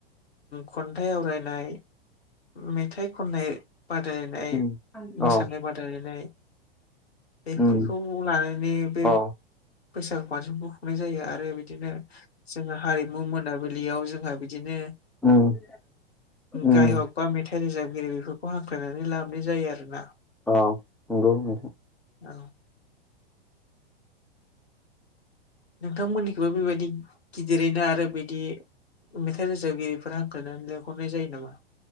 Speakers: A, on the left; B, in the centre.
A: खन्थाइ आवरायनाय मेथाइ खननाय, बादायलायनाय
B: उम, आंनि
A: मोसानाय
B: औ बादि।
A: बादायलायनाय बेफोरखौ
B: उम,
A: लानानै बे
B: औ
A: बैसागु बांसिन फानसनखौ खुंनाय जायो आरो बिदिनो जों हारिमु मोन मोनाबिलियाव जोंहा बिदिनो
B: उम, उम,
A: गायक बा मेथाइ रोजाबगिरि बेफोरखौ हांख्रायनानै लाबोनाय जायो आरोना।
B: अ। नंगौ नोंथां।
A: औ। नोंथांमोननिखौबो बेबायदि गिदिरैनो आरो बिदि मेथाइ रोजाबगिरिफोरा हांख्रायनानै लेंहरनाय जायो नामा?